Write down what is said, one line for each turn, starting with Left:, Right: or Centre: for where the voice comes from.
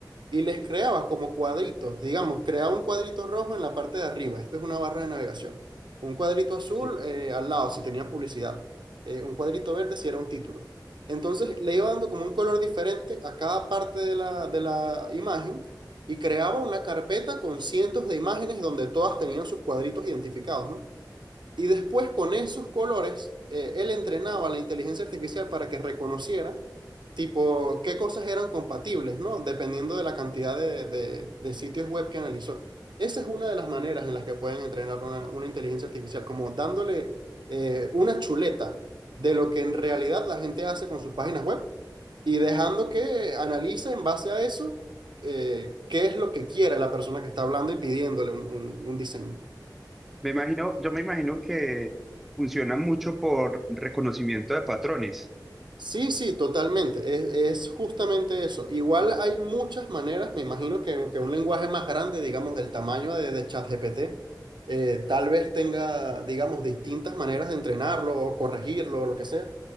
Right: y les creaba como cuadritos, digamos, creaba un cuadrito rojo en la parte de arriba, esto es una barra de navegación, un cuadrito azul
Centre: Sí.
Right: eh, al lado si tenía publicidad, eh, un cuadrito verde si era un título. Entonces le iba dando como un color diferente a cada parte de la, de la imagen y creaba una carpeta con cientos de imágenes donde todas tenían sus cuadritos identificados, ¿no? Y después con esos colores, eh, él entrenaba a la inteligencia artificial para que reconociera tipo, qué cosas eran compatibles, ¿no? Dependiendo de la cantidad de, de- de sitios web que analizó. Esa es una de las maneras en las que pueden entrenar una, una inteligencia artificial, como dándole eh, una chuleta de lo que en realidad la gente hace con sus páginas web y dejando que analice en base a eso eh, qué es lo que quiere la persona que está hablando y pidiéndole un un- un diseño.
Centre: Me imagino, yo me imagino que funciona mucho por reconocimiento de patrones.
Right: Sí, sí, totalmente. Es, es justamente eso. Igual hay muchas maneras, me imagino que, que un lenguaje más grande, digamos, del tamaño de, de ChatGPT, eh, tal vez tenga, digamos, distintas maneras de entrenarlo o corregirlo o lo que sea.